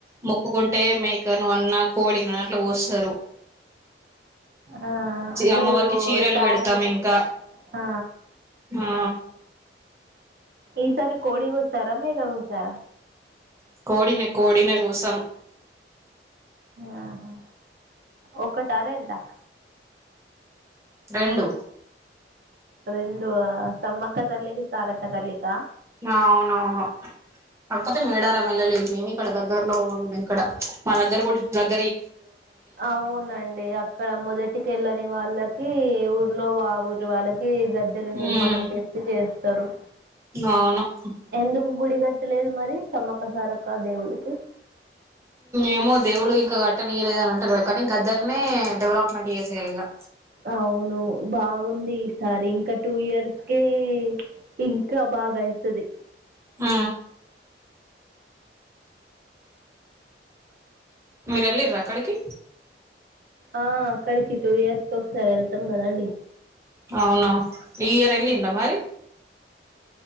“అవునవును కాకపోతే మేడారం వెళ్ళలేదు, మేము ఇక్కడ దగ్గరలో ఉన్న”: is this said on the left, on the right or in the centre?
Right